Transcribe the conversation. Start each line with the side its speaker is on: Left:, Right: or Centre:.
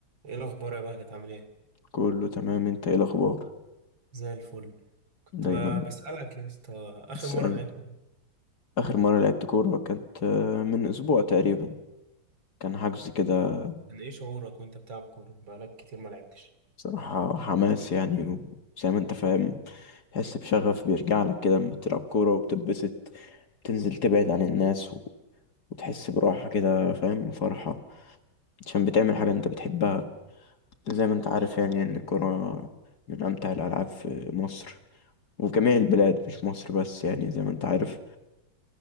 Right: ايه الاخبار يا بقى كانت عامل ايه
Left: كله تمام انت ايه الاخبار
Right: زي الفل كنت
Left: دايما
Right: ب- بسالك يا اسطى اخر
Left: اسألني
Right: مره لعبت كنت-
Left: اخر مرة لعبت كورة كانت آه، من اسبوع تقريبا كان حجز كده
Right: كان ايه شعورك وانت بتلعب كوره بقالك كتير ما لعبتش
Left: بصراحة حماس يعني وزي ما انت فاهم تحس بشغف بيرجع لك كده لما بتلعب كورة وبتتبسط تنزل تبعد عن الناس و... وتحس براحة كده فاهم وفرحة عشان بتعمل حاجة انت بتحبها زي ما انت عارف يعني ان الكورة من امتع الالعاب في مصر وفي جميع البلاد مش مصر بس يعني زي ما انت عارف